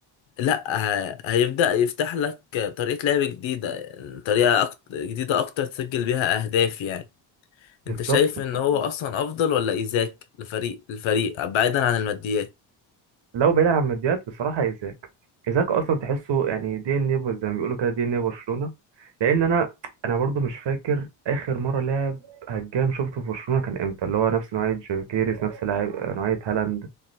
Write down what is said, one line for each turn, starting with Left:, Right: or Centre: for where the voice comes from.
Left: لأ ه- هيبدأ يفتح لك طريقة لعب جديدة طريقة أكتر جديدة أكتر تسجل بيها أهداف يعني
Right: بالظبط
Left: انت شايف
Right: بصراحه
Left: ان هو اصلا افضل ولا ايزاك لفريق الفريق بعيدا عن الماديات
Right: لو بعيد عن مديات بصراحة إيزاك إيزاك أصلا تحسه يعني دي إن إيه زي ما بيقولوا كده دي إن إيه برشلونة لأن أنا أنا برضو مش فاكر آخر مرة لاعب هجام شفته في برشلونة كان إمتى اللي هو نفس نوعية جوكيريس نفس لاعب نوعية هالاند